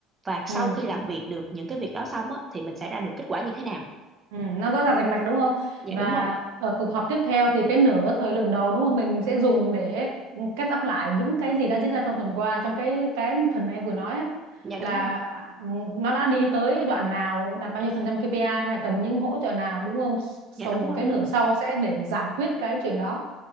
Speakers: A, on the right; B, on the right.
A: Và sau
B: Ừ.
A: khi làm việc được những cái việc đó xong á thì mình sẽ ra được kết quả như thế nào.
B: Ừ, nó rõ ràng rành mạch đúng không?
A: Dạ
B: Và
A: đúng rồi.
B: ở cuộc họp tiếp theo thì cái nửa thời lượng đầu đúng không? Mình mình sẽ dùng để catch up lại những cái gì đã diễn ra trong tuần qua trong cái cái phần mà em vừa nói á,
A: Dạ đúng
B: là
A: rồi.
B: à, nó đã đi tới đoạn nào, đạt bao nhiêu phần trăm KPI hay là cần những hỗ trợ nào đúng không? Sau
A: Dạ đúng rồi.
B: cái nửa sau sẽ để giải quyết cái chuyện đó